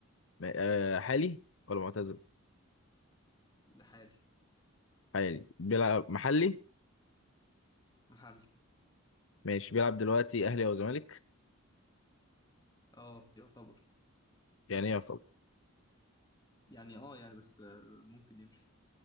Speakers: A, on the left; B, on the left.
A: آه... حالي ولا معتزل
B: لحالي
A: حالي بيلعب محلي
B: محلي
A: ماشي بيلعب دلوقتي اهلي او زمالك
B: اه يعتبر
A: يعني ايه
B: يعني اه يعني بس آه، ممكن يمشي